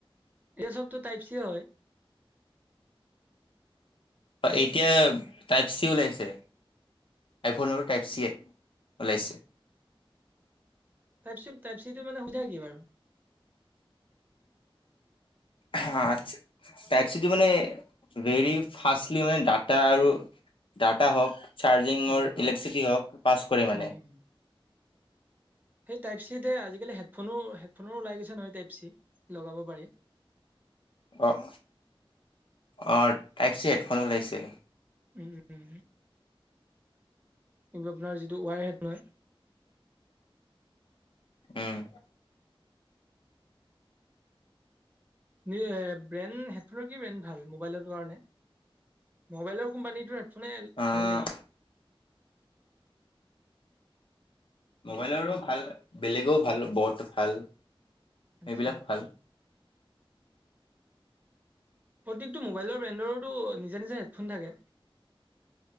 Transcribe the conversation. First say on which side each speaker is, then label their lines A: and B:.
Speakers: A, on the right; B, on the left.
A: এই চবটো টাইপ চি হয়।
B: এতিয়া টাইপ চি ওলাইছে। আইফনৰো টাইপ চি এ ওলাইছে
A: টাইপ চিটো মানে সোধা কি বাৰু-
B: হা তাইপছিটোি মানে। ভেৰি ফাষ্টলি মানে ডাটা আৰু ডাটা হওক- চাৰ্জিঙৰ
A: উম
B: ইলেক্ট্ৰিচিটি হওক পাছ কৰে মানে।
A: উম সেই টাইপ চিতে আজিকালি হেডফোনো হেডফোনো ওলাই গৈছে নহয় টাইপ চি লগাব পাৰি
B: অঁ অঁ টাইপচি হেডফোন ওলাইছে
A: উম উম- কি আপোনাৰ যিটো ৱাই হেড নহয়।
B: উম
A: এ ব্ৰেণ্ড হেডফোনৰ কি ব্ৰেণ্ড ভাল মোবাইলৰ কাৰণে। মোবাইলৰ কোম্পানীটোৰ হেডফোনে
B: অ',
A: ভাল নেকি।
B: মোবাইলৰো ভাল বেলেগো ভাল বত ভাল- এইবিলাক
A: আচ্ছা
B: ভাল।
A: প্ৰত্যেকটো মোবাইলৰ ব্ৰেণ্ডৰো টো নিজা নিজা হেডফোন থাকে।